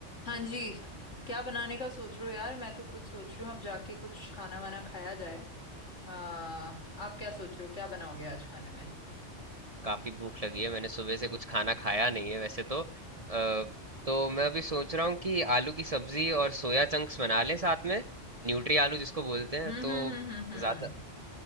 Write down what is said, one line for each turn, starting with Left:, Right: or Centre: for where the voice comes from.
Left: हाँ जी क्या बनाने का सोच रहे हो यार मैं तो खुद सोच रही हूँ अब जाके कुछ खाना वाना खाया जाए आ, आप क्या सोच रहे हो क्या बनाओगे आज खाने में
Right: काफी भूख लगी है मैंने सुबह से कुछ खाना खाया नहीं है वैसे तो आ, तो मैं अभी सोच रहा हूँ कि आलू की सब्जी और सोया चंक्स बना लें साथ में न्यूट्री आलू जिसको बोलते हैं
Left: हम्म
Right: तो
Left: हम्म हम्म हम्म हम्म
Right: ज्यादा